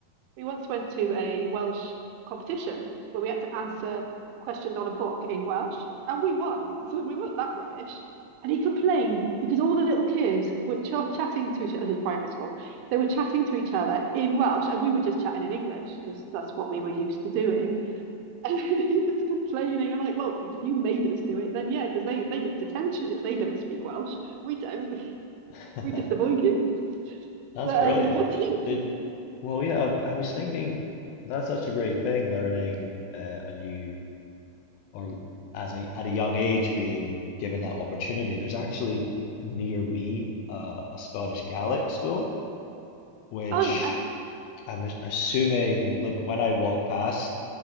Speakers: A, on the right (about 85°); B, on the left (about 80°).
A: We once went to a Welsh competition where we had to answer questions on a book in Welsh, and we won. So we weren't that rubbish. And he complained because all the little kids were ch chatting to each other. This is primary school. They were chatting to each other in Welsh, and we were just chatting in English because that's what we were used to doing. And <laughs> he was complaining. I'm like, well, if you made us do it, then yeah, because they they get detention if they don't speak Welsh. We don't.
B: <laughs>
A: We just avoid you.
B: That's
A: But
B: brilliant.
A: um, what
B: Oh,
A: about
B: though.
A: you?
B: Did well, yeah. I, w- I was thinking that's such a great thing, learning uh, a new or as a at a young age being given that opportunity. There's actually near me uh, a Scottish Gaelic school, which
A: Oh yeah,
B: oh, I'm as- assuming. Like when I walk past